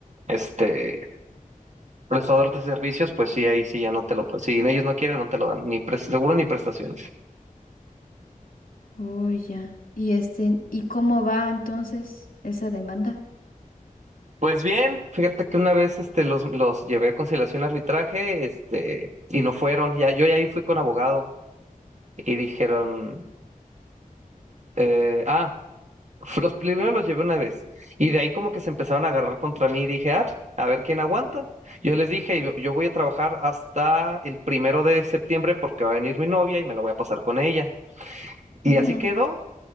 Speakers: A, on the right; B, on the left.
A: este prestador de servicios, pues sí, ahí sí ya no te lo, pues si ellos no quieren, no te lo dan, ni pres- seguro ni prestaciones.
B: Oh, ya. ¿Y este, y cómo va entonces esa demanda?
A: Pues bien, fíjate que una vez este, los, los llevé a conciliación y arbitraje, este, y no fueron. Ya, yo ya ahí fui con abogado y dijeron, eh, ah, f- los primero los llevé una vez. Y de ahí como que se empezaron a agarrar contra mí y dije, ah, a ver quién aguanta. Yo les dije, yo, yo voy a trabajar hasta el primero de septiembre porque va a venir mi novia y me la voy a pasar con ella. Y
B: Ujú.
A: así quedó.